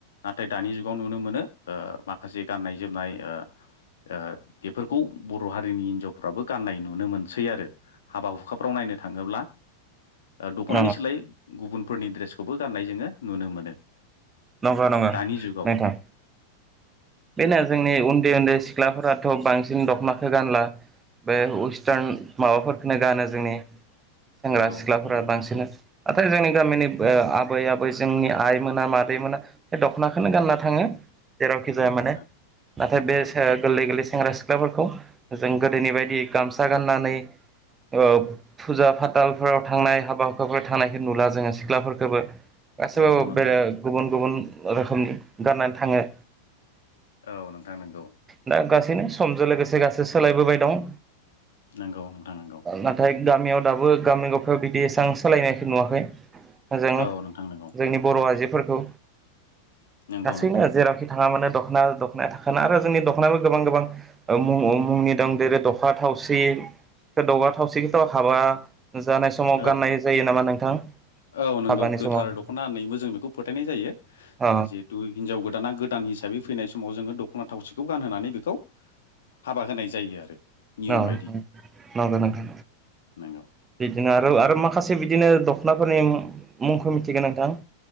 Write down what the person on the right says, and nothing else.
अ
नंगा नङा
नोंथां बेनो जोंनि उन्दै उन्दै सिख्लाफोराथ थ' बांसिन दख'नाखौ गानला बे वस्टार्न माबाफोरखोनो गानो जोंनि सेंग्रा
सिख्लाफोरा
बांसिन नाथाय जोंनि गामिनिब ओ आबै आबै जोंनि आइमोना मा दैमोना बे दख'नाखोनो गानना थाङो जेरावखि
जाया माने
नाथाय बे
से गोरलै गोरलै सेंग्रा सि ख्लाफोरखौ जों गोदोनि बायदि गामसा गाननानै ओ फुजा फाथालफोराव थांनाय हाबा हुखाफोराव थांनायखो नुला जोङो सिख्लाफोरखोबो गाैसैबाबो
बेर गुबुन गुबुन रोखोमनि गाननानै थाङो
दा गासैनो समजो लोगोसे गासै सोलायबोबाय दं
नाथाय गामियाव दाबो गामि गफायाव बिदि एसेबां सालायनायखो नुवाखै जों
जोंनि बर' आइजोफोरखौ
गासैनो
जेरावखि थाङा माने दखना दख नाया थाखाना आरो जोंनि दख'नायाबो गोबां गोबां मु मुंनि दं देरै दख' थावसि गोदावा थावसि गोथ हाबा जानाय समाव
गाननाय जायो नामा नोंथां
हाबानि
समाव
औ
नो
नोंगो नोंथां
बिदिनो आरो आरो माखासे बिदिनो दख'नाफोरनि मु मुंखो मिथिगोन नोंथां